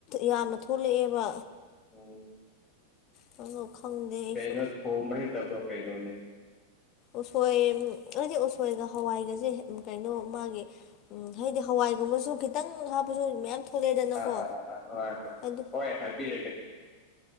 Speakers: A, on the left; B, on the left.
A: ꯌꯥꯝꯅ ꯊꯣꯛꯂꯛꯑꯦꯕ
B: ꯑꯝ
A: ꯀꯩꯅꯣ ꯈꯪꯗꯦ ꯑꯩꯁꯨ
B: ꯀꯩꯅꯣ ꯊꯣꯡꯕ ꯍꯩꯇꯕ꯭ꯔꯣ ꯀꯩꯩꯅꯣꯅꯦ
A: ꯎꯁꯣꯏ ꯅꯠꯇꯦ ꯎꯁꯣꯏꯒ ꯍꯋꯥꯏꯒꯁꯦ ꯀꯩꯅꯣ ꯃꯥꯒꯤ ꯎꯝ ꯍꯥꯏꯗꯤ ꯍꯋꯥꯏꯒꯨꯝꯕꯁꯨ ꯈꯤꯇꯪ ꯍꯥꯞꯄꯁꯨ ꯃꯌꯥꯝ ꯊꯣꯛꯂꯛꯑꯦꯗꯅꯀꯣ
B: ꯑꯥ ꯑꯥ ꯑꯥ ꯍꯣꯏ ꯍꯣꯏ
A: ꯑꯗꯨ
B: ꯍꯣꯏ ꯍꯥꯏꯕꯤꯔꯒꯦ